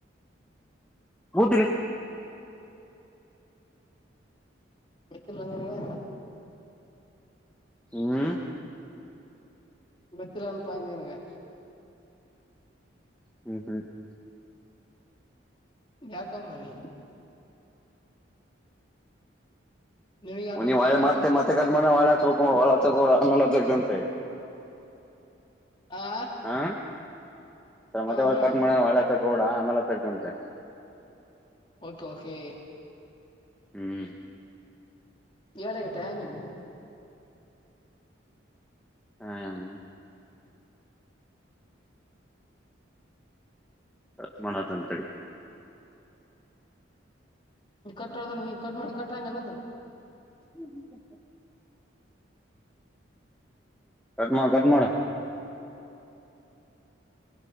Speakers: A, in the centre; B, on the left (about 25°).
A: ಮುೂದಲಿ
B: ಗೊತ್ತಿಲ್ಲೆ ನಿನಗೆ
A: ಹ್ಮ್ <unintelligible>
B: ಗೊತ್ತಿಲ್ ಏನಪ್ಪ ಅಂದ್ರೆ ನಿನಗೆ
A: ಹ್ಮ್ ಹ್ಮ್ <unintelligible>
B: ಯಾಕೋ ಮಾರಯ್ಯ ನಿನಗ್ ಯಾಕ
A: ವ ನೀ
B: ಗೊತ್ತಂಗ
A: ಮತ್ತೆ ಮತ್ತೆ ಕಟ್ ಮಾಡಿದ್ರೆ ನೋಡು ಮತ್ತೇ ಅಚ್ಚುಬೇಕು ಅಗ ಅಂತ
B: ಆ
A: ಹಾ ಮತ್ತ
B: ಹಾ
A: ಒಳ
B: ಹಾ
A: ಕಟ್ ಮಾಡ ಒಳ್ಳೆ ತೋಡ ಆಮೇಲೆ ತಗತಂತೆ <unintelligible>
B: ಓಕೆ ಓಕೆ
A: ಹ್ಮ್ <unintelligible>
B: ಎಡಗೆ ಟೈಮಿನ
A: ಹಾಮ ಕಟ್ ಮಾಡಕ್ಕತ್ತೀನಿ ತಡಿ
B: ನಿನ್ ಕಟ್ ಮಾಡು ಕಟ್ಟಂಗಿಲ್ಲ
A: ಹ್ಮ ಹ ಕಟ್ ಮಾಡ್ ಕಟ್ ಮಾಡು